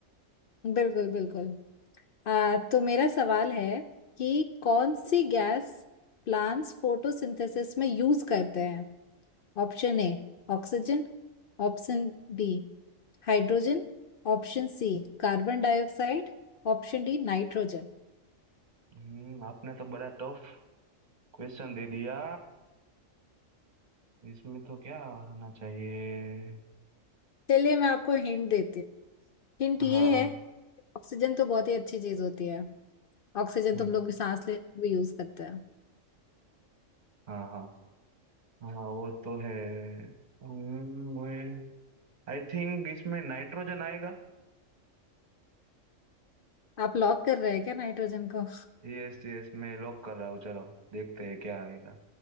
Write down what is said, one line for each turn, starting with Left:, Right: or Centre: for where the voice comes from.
Left: बिल्कुल बिल्कुल आ, तो मेरा सवाल है कि कौन सी गैस प्लांट्स फोटोसिंथेसिस में यूज करते हैं Option A oxygen option B hydrogen option C carbon dioxide option D nitrogen
Right: हम्म आपने तो बड़ा टफ क्वेश्चन दे दिया इसमें तो क्या आना चाहिए
Left: चलिए मैं आपको हिंट देती हूँ हिंट
Right: हाँ
Left: ये है ऑक्सीजन तो बहुत ही अच्छी चीज होती है ऑक्सीजन
Right: हम्म
Left: तुम लोग भी सांस लेने में भी यूज करते हैं
Right: हाँ हाँ हाँ वो तो है हम्म, मुझे आई थिंक इसमें नाइट्रोजन आएगा
Left: आप लॉक कर रहे हैं क्या नाइट्रोजन को
Right: यस यस मैं लॉक कर रहा हूँ चलो देखते हैं क्या आएगा